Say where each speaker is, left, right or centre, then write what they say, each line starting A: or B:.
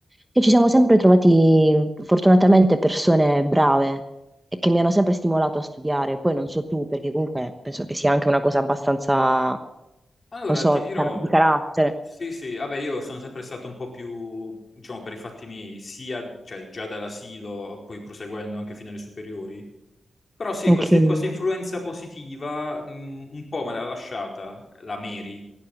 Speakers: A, on the right (about 15°); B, on the left (about 45°).
A: e ci siamo sempre trovati fortunatamente persone brave e che mi hanno sempre stimolato a studiare. Poi non so tu, perché comunque penso che sia anche una cosa abbastanza,
B: Allora,
A: non so,
B: ti
A: di
B: dirò,
A: car- di carattere.
B: sì, sì, vabbè, io sono sempre stato un po' più, diciamo, per i fatti miei, sia, cioè, già dall'asilo, poi proseguendo anche fino alle superiori. Però sì,
A: Ok.
B: questi-
A: <laughs>
B: questa influenza positiva, mh, un po' me l'ha lasciata la Mary,